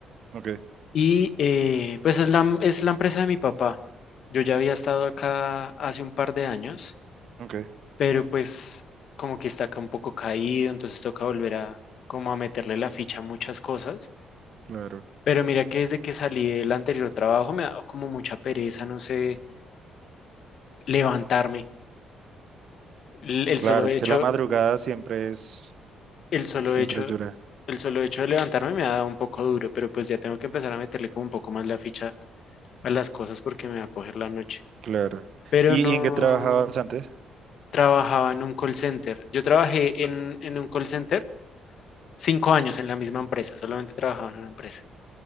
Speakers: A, on the right; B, on the left.
A: ok,
B: y eh, pues es la, es la empresa de mi papá. Yo ya había estado acá hace un par de años,
A: ok,
B: pero pues como que está acá un poco caído, entonces toca volver a como a meterle la ficha a muchas cosas.
A: claro.
B: Pero mira que desde que salí del anterior trabajo me ha dado como mucha pereza, no sé, levantarme. L- El solo
A: Claro,
B: hecho,
A: es que la madrugada siempre es,
B: El solo
A: siempre
B: hecho,
A: es dura.
B: el solo hecho de levantarme me ha dado un poco duro, pero pues ya tengo que empezar a meterle como un poco más la ficha a las cosas porque me va a coger la noche.
A: Claro.
B: Pero
A: ¿Y,
B: no
A: y en qué trabajabas antes?
B: trabajaba en un call center. Yo trabajé en, en un call center cinco años en la misma empresa, solamente trabajaba en una empresa.